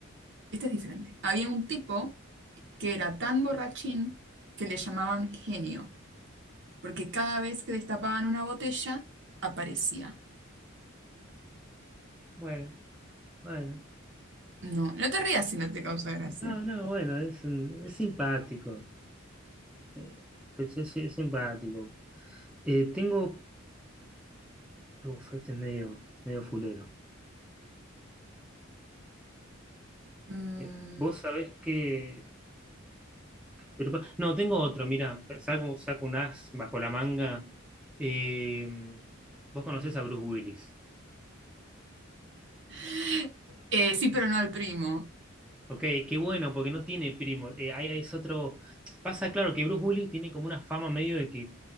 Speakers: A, on the right (about 60°); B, in the centre.
A: este es diferente, había un tipo que era tan borrachín que le llamaban genio, porque cada vez que destapaban una botella, aparecía.
B: Bueno, bueno.
A: No, no te rías si no te causa gracia.
B: No, no, bueno, es, un- es simpático. Eh, es, es- es simpático. Eh, tengo... Uf, este es medio, medio fulero.
A: Mm,
B: Eh, Vos sabés que... pero pa- no, tengo otro, mira, saco, saco un as bajo la manga. Eh, vos conocés a Bruce Willis.
A: <laughs> eh, sí, pero no al primo.
B: Ok, qué bueno, porque no tiene primo. Eh, ahí ahí es otro... Pasa, claro, que Bruce Willis tiene como una fama medio de que